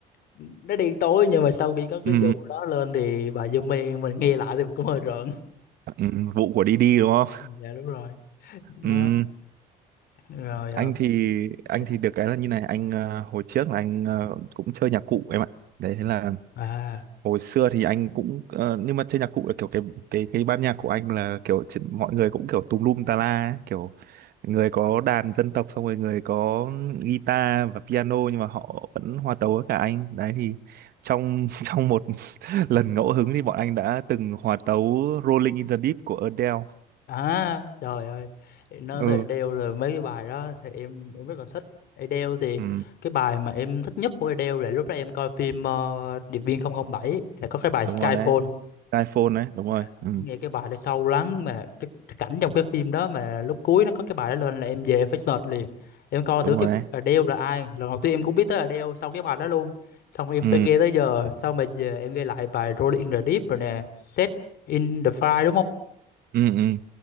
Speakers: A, on the left; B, on the right.
A: nó đen tối nhưng mà sau khi có cái
B: ừ
A: vụ đó lên thì bài Yummy mình nghe lại thì cũng hơi rợn
B: ừ vụ của Didi đúng không
A: dạ đúng rồi
B: <laughs>
A: nó
B: ừ
A: rồi ờ,
B: anh thì anh
A: dạ
B: thì được cái là như này anh ờ, hồi trước là anh ờ, cũng chơi nhạc cụ em ạ đấy thế là
A: à
B: hồi xưa thì anh cũng ờ, nhưng mà chơi nhạc cụ là kiểu cái cái cái ban nhạc của anh là kiểu chỉ- mọi người cũng kiểu tùm lum tà la ấy, kiểu người có đàn dân tộc xong rồi người có guitar và piano nhưng mà họ vẫn hòa tấu với cả anh đấy thì trong <laughs> trong một <laughs> lần ngẫu hứng thì bọn anh đã từng hòa tấu Rolling in the Deep của Adele
A: À, trời ơi, để nói
B: ừ
A: về Adele là mấy cái bài đó thì em em rất là thích. Adele thì
B: ừ
A: cái bài mà em thích nhất của Adele là lúc đó em coi phim ờ, Điệp viên 007 là có cái bài Skyfall.
B: đúng rồi đấy iPhone đấy đúng rồi
A: Dạ.
B: ừ
A: Nghe cái bài đó sâu lắng mà cái, cái cảnh trong cái phim đó mà lúc cuối nó có cái bài đó lên là em về em phải search liền. Em coi thử
B: đúng
A: cái
B: rồi đấy
A: Adele là ai. Lần đầu tiên em cũng biết tới Adele sau cái bài đó luôn. Xong rồi em
B: ừ
A: phải nghe tới giờ, xong mà về em nghe lại bài Rolling in the Deep rồi nè, Set in the Fire đúng không?
B: ừ ừ